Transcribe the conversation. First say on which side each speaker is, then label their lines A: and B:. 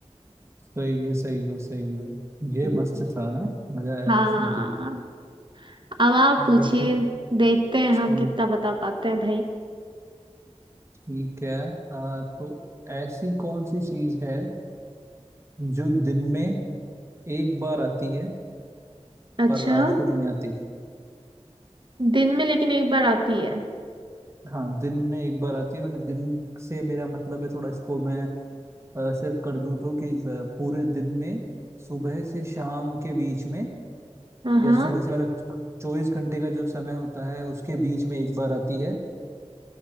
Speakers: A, on the right; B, on the right.
A: सही है सही है सही है ये
B: हम्म।
A: मस्त था ना मजा आया
B: हाँ
A: इसमें तो
B: अब आप पूछिए
A: बट
B: देखते हैं
A: ठीक
B: हम कितना बता पाते हैं भाई
A: ठीक है आ, तो ऐसी कौन सी चीज है जो दिन में एक बार आती है
B: अच्छा
A: पर रात को नहीं आती
B: दिन में लेकिन एक बार आती है
A: हाँ दिन में एक बार आती है मतलब दिन से मेरा मतलब है थोड़ा इसको मैं ऐसे कर दूं तो कि अ, पूरे दिन में सुबह से शाम के बीच में
B: हाँ हाँ
A: या सुबह से मतलब चौबीस घंटे का जो समय होता है उसके बीच में एक बार आती है